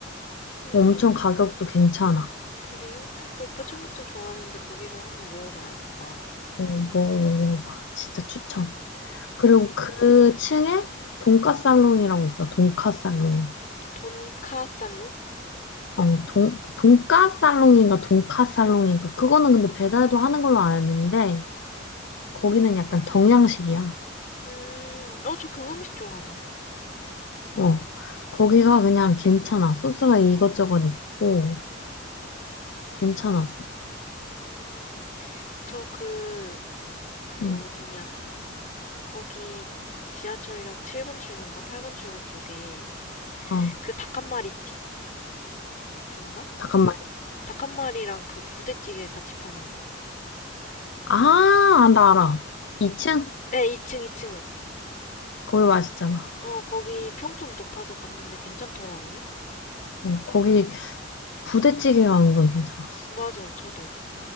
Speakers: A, on the left; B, on the left.
A: 음.
B: 엄청 가격도 괜찮아.
A: 그래요? 오빠 청국장 좋아하는데 거기서 한번 먹어봐야겠다.
B: 어, 먹어봐. 진짜
A: 음,
B: 추천.
A: 음,
B: 그리고 그 층에 돈까살롱이라고 있어. 돈까살롱.
A: 돈카살롱?
B: 어, 돈, 돈까살롱인가 돈까살롱인가. 그거는 근데 배달도 하는 걸로 아는데,
A: 음,
B: 거기는 약간 경양식이야.
A: 음, 어, 저 경양식 좋아하는데.
B: 어, 거기가 그냥 괜찮아. 소스가 이것저것 있고,
A: 음,
B: 괜찮았어.
A: 음, 저 그, 그
B: 응,
A: 어디냐. 거기 지하철역 7번 출구인가 8번 출구 쪽에
B: 어,
A: 그 닭한 마리 집인가?
B: 잠깐만.
A: 부, 닭한 마리랑 그 부대찌개 같이 파는 곳.
B: 아, 아, 나 알아. 2층?
A: 에, 2층, 2층.
B: 거기 맛있잖아.
A: 어, 거기 평점 높아서 갔는데 괜찮더라고요.
B: 어, 거기 부대찌개 가 는 건 괜찮았어.
A: 맞아, 저도.